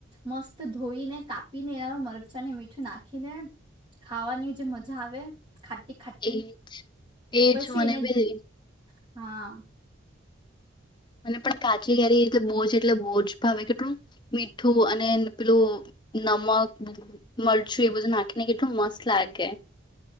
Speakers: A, on the right (about 25°); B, on the left (about 20°).
A: મસ્ત ધોઈને કાપીને એનામાં મરચાંને મીઠું નાખીને ખાવાની જે મજા આવે ખાટી ખાટી
B: એજ એજ
A: પછી
B: મને
A: એને
B: બી
A: હા
B: મને પણ કાચલી કરી એી બોજ એટલે બોજ ભાવે કેટલું મીઠું અને પેલું નમક મરચું એ બધું નાખીને કેટલું મસ્ત લાગે